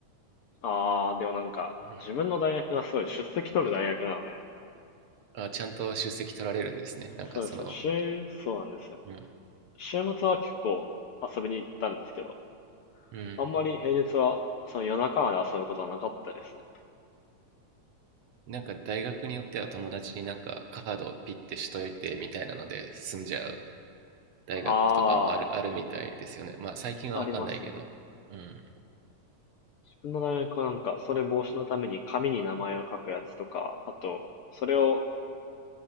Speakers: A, on the left (about 65°); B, on the right (about 65°).
A: ああ、でもなんか自分の大学がすごい出席取る大学なので、
B: うんあちゃんと出席取られるんですねなんかその
A: そうですよ。週、そうなんですよ。
B: うん
A: 週末は結構遊びに行ったんですけど、
B: うん
A: あんまり平日はその夜中まで遊ぶことはなかったですね。
B: なんか大学によっては友達になんかカードをピッてしといてみたいなので済んじゃう大学とかもあるあるみたいですよねまあ最近は分かんないけどうん
A: ああ、ありますね。の大学はなんか、それ防止のために紙に名前を書くやつとか、あと、それを、